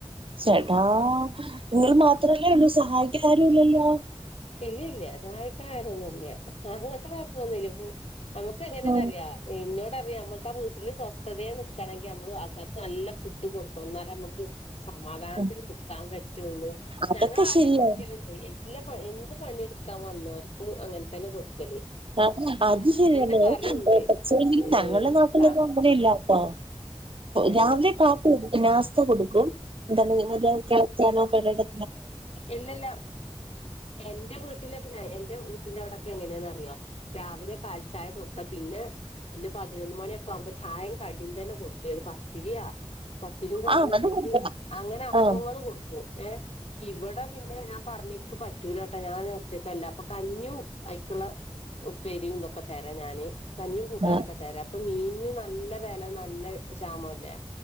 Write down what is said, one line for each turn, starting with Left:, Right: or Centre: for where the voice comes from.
Right: ശെടാ നിങ്ങള് മാ മാത്രല്ലേ ഉള്ളൂ സഹായിക്കാൻ ആരുല്ലല്ലോ
Left: ഇല്ല ഇല്ല സഹായിക്ക ആരൊന്നുംല്ല അങ്ങനത്തെ കുഴപ്പൊന്നുല്ല മ് നമുക്ക് എങ്ങനെയാന്ന്
Right: ആ,
Left: അറിയാം ഇങ്ങോ എനിക്കറിയാം നമ്മക്ക് ആ വീട്ടില് സ്വസ്ഥതയെ നിക്കണെങ്കിൽ നമ്മള് ആൾക്കാർക്ക് നല്ല ഫുഡ്- കൊടുക്കണം എന്നാലെ നമുക്ക് സമാധാനത്തിൽ
Right: ആ,
Left: നിക്കാൻ പറ്റുള്ളൂ
Right: അതൊക്കെ
Left: ഞങ്ങള് ആദ്യേ
Right: ശരിയാണ്
Left: കൊടുക്കല്ണ്ട് എല്ലാ പ ഏ എടുക്കാൻ വന്നവർക്കും അങ്ങനെ കൊടുക്കല്
Right: ആ അത്
Left: അവരെന്നെ
Right: ശരിയന്നെ
Left: പറയ്ണ്ട്
Right: പക്ഷേങ്കില് ഞങ്ങള്ടെ
Left: ഏ
Right: നാട്ടിലൊന്നും
Left: താ
Right: അങ്ങനെ ഇല്ല ആ
Left: ഏ
Right: രാവിലെ കാപ്പി കൊടുക്കും നാസ്ത കൊടുക്കും എന്താന്ന് വിചാരിച്ചാ ചിലപ്പോഴേക്കേ
Left: ഇല്ലല്ല എന്റെ വീട്ടിലൊക്കെ നേരെ എൻറെ വീട്ടിന്റെ അവിടെ എങ്ങനെയന്നറിയാം രാവിലെ കാലിച്ചായ കൊടുത്ത പിന്നെ പിന്നെ പതിനൊന്ന് മണിയൊക്കെ ആവുമ്പോ ചായേം കടിം തന്നെ കൊടുക്കരുത് പത്തിരിയാ പത്തിരിം കറിം
Right: ആ അത്
Left: ഇല്ലെങ്കില്
Right: കൊടുക്കണം
Left: അങ്ങനെ അപ്പങ്ങള്
Right: ആ
Left: കൊടുക്കും ഏ ഇവിടെ പിന്നെ ഞാൻ പറഞ്ഞെക്ക് പറ്റൂലട്ടാ ഞാൻ ഒറ്റക്കല്ല അപ്പൊ കഞ്ഞു അയ്ക്കുള്ള ഉപ്പേരിയും ഇതൊക്കെ തരാം ഞാന് കഞ്ഞിയും കൂട്ടാനൊക്കെ
Right: ആ
Left: തരാം അപ്പൊ മീ ന് നല്ല വെല നല് ശാമംല്ലേ